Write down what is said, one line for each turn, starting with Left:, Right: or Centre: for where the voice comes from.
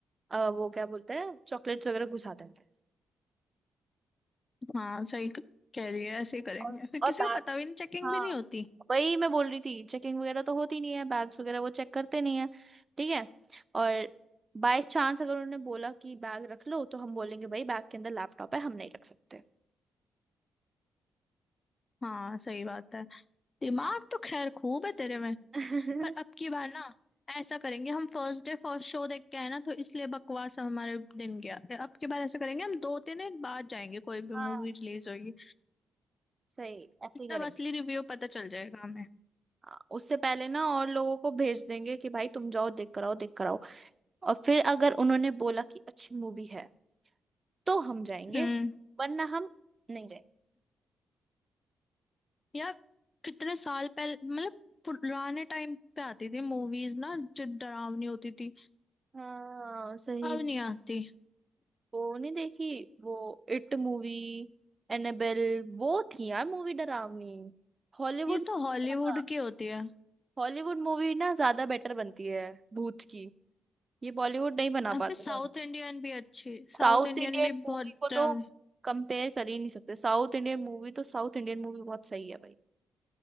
Right: अ, वो क्या बोलते हैं चॉकलेट्स वगैरह घुसा देंगे
Left: हाँ सही क- कह रही है ऐसे ही करेंगे
Right: और
Left: फिर
Right: और
Left: किसी
Right: बैग
Left: को पता भी नहीं चेकिंग
Right: हाँ
Left: भी नहीं होती
Right: वही मैं बोल रही थी चेकिंग वगैरह तो होती नहीं है बैग्स वगैरह वो चेक करते नहीं है ठीक है और बाय चांस अगर उन्होंने बोला कि बैग रख लो तो हम बोलेंगे भाई बैग के अंदर लैपटॉप है हम नहीं रख सकते
Left: हाँ सही बात है दिमाग
Right: हाँ
Left: तो खैर खूब है तेरे में
Right: <laughs>
Left: पर अब की बार ना ऐसा करेंगे हम फर्स्ट डे फर्स्ट शो देख के आए ना तो इसलिए बकवास हमारे दिन गया अब की बार ऐसा करेंगे हम दो तीन दिन बाद जाएंगे कोई भी
Right: हाँ
Left: मूवी रिलीज होगी
Right: सही ऐसे ही करेंगे
Left: तब असली रिव्यू पता चल जाएगा हमें
Right: हाँ, उससे पहले ना और लोगों को भेज देंगे कि भाई तुम जाओ देख कर आओ देख कर आओ और फिर अगर उन्होंने बोला कि अच्छी मूवी है तो हम जाएंगे
Left: हम्म
Right: वरना हम नहीं जाएंगे
Left: यार कितने साल पहले मतलब पुराने टाइम पे आती थी मूवीज ना जो डरावनी होती थी
Right: हाँ सही
Left: अब नहीं आती
Right: वो नहीं देखी वो इट मूवी एनेबेल वो थी यार मूवी डरावनी हॉलीवुड
Left: ये तो हॉलीवुड
Right: ज्यादा
Left: की होती है
Right: हॉलीवुड मूवी ना ज्यादा बेटर बनती है भूत की ये बॉलीवुड नहीं बना
Left: यहाँ
Right: पाते
Left: पे साउथ
Right: ज्यादा
Left: इंडियन भी अच्छी साउथ
Right: साउथ
Left: इंडियन
Right: इंडियन
Left: भी
Right: मूवी
Left: बहुत
Right: को
Left: डरावनी
Right: तो कंपेयर कर ही नहीं सकते साउथ इंडियन मूवी तो साउथ इंडियन मूवी बहुत सही है भाई